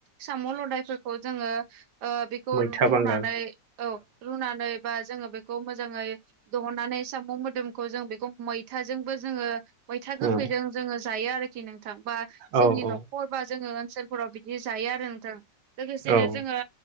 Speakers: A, on the right; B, on the right.
A: साम' लदायफोरखौ जोंङो ओ बेखौ
B: मैथा
A: रुनानै
B: बांगाल
A: औ रुनानै बा जोंङो बेखौ मोजांङै दोहननानै साम' मोदोमखौ जों बेखौ मैथाजोंबो जोंङो मैथा गोखैजों
B: औ
A: जोंङो जायो आरोखि नोंथां। बा
B: औ
A: जोंनि
B: औ
A: न'खर बा जोंङो ओनसोलफोराव बिदि जायो आरो नोंथां लोगोसेनो
B: औ
A: जोंङो